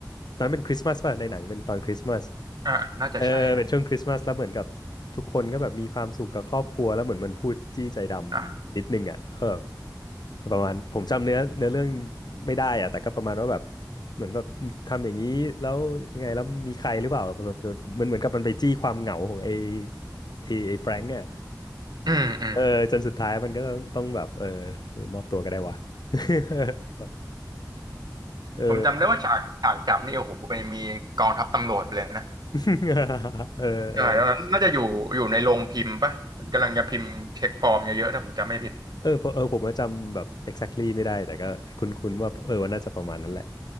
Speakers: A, on the left (about 65°); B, on the right (about 65°).
A: ตอนนั้นเป็นคริสต์มาสป่ะในหนังเป็นตอนคริสต์มาส
B: อ่าน่าจะใช่นะ
A: เออเป็นช่วงคริสต์มาสแล้วเหมือนกับทุกคนก็แบบมีความสุขกับครอบครัวแล้วเหมือนมันพูดจี้ใจดำนิดนึงอ่ะเออ
B: อ่า
A: ประมาณผมจำเนื้อเนื้อเรื่องไม่ได้อ่ะแต่ก็ประมาณว่าแบบเหมือนแบบทำอย่างนี้แล้วยังไงแล้วมีใครหรือเปล่าแบบแบบมันเหมือนกับมันไปจี้ความเหงาของไอ้ไอ้ไอ้แฟรงก์อ่ะ
B: อืมอืม
A: เออจนสุดท้ายมันก็ต้องต้องแบบเออมอบตัวก็ได้วะ <laughs> เออ
B: ผมจำได้ว่าฉากฉากจับนี่โอ้โหเป็นมีกองทัพตำรวจไปเลยนะ
A: <laughs> เออเออ
B: ใช่แล้วน่าจะอยู่อยู่ในโรงพิมพ์ปะเหมือนกำลังจะพิมพ์เช็คปลอมเยอะๆถ้าผมจำไม่ผิด
A: เออผมเออผมว่าจำแบบ exactly ไม่ได้แต่ก็คุ้นๆว่าเออว่าน่าจะประมาณนั้นแหละ